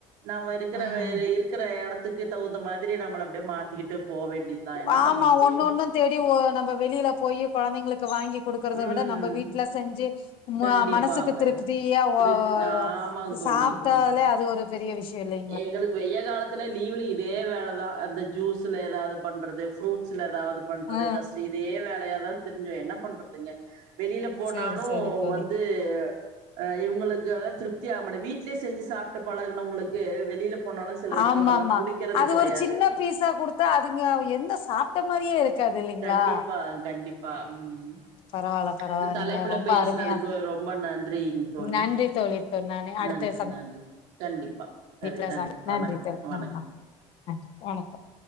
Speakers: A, on the right; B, on the left.
A: நம்ம இருக்கிற
B: ம்
A: இருக்கிற இடத்துக்கு தகுந்த மாதிரி நம்மள அப்டியே மாத்திக்கிட்டு போ வேண்டி நா என்ன
B: ஆமா
A: பண்ண முடியும்
B: ஒண்ணு ஒண்ணும் தேடி ஓ நம்ம வெளியில போய் குழந்தைங்களுக்கு வாங்கி குடுக்கறதை
A: ம்
B: விட நம்ம வீட்ல செஞ்சு
A: கண்டிப்பாங்க
B: மனசுக்கு திருப்தியா வ
A: திரு ஆமாங்க
B: வ
A: தோழி
B: சாப் குடுத்தாலே
A: ஆ
B: அது ஒரு பெரிய விஷயம்ல்லே
A: எங்களுக்கு வெய்யில் காலத்துல லீவ்ல இதே வேலைதான் அந்த ஜூஸ்ல ஏதாவது பண்றது ஃப்ரூட்ஸ்ல ஏதாவது பண்றது
B: ஆ ஆ
A: கஷ்ட இதே வேலையாதான் திரிஞ்சோம் என்ன பண்றதுங்க வெளில போனாலும்
B: சேரி சேரி தோழி
A: வந்து அ இவங்களுக்கு அதா திருப்தி ஆகமாட்டேங்குது வீட்லயே செஞ்சு சாப்ட்டு பழகினவங்களுக்கு வெளில போனாலும் சில விஷயங்கல்லாம்
B: ஆமாமா
A: புடிக்கிறது
B: அது
A: கிடையாது
B: ஒரு சின்ன பீஸா குடுத்தா அதுங்க என்ன சாப்ட்ட மாரியே இருக்காது இல்லைங்களா
A: கண்டிப்பா கண்டிப்பா ம்
B: பரவால்ல பரவால்ல
A: இந்த தலைப்புல
B: நீங்க ரொம்ப
A: பேசினது
B: அருமையா
A: க்கு ரொம்ப நன்றிங்க தோழி
B: நன்றி தோழி நானு அடுத்த
A: நன்றி நன்றி கண்டிப்பா
B: சந்திப்புல
A: சரி நன்றி
B: சந்
A: வணக்
B: தோழி
A: வணக்
B: ஆமா, நன்றி வணக்கம்